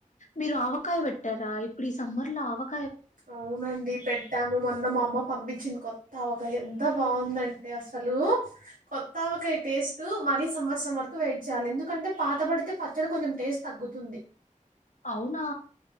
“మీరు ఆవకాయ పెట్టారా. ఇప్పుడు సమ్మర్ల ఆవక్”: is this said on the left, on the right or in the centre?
Left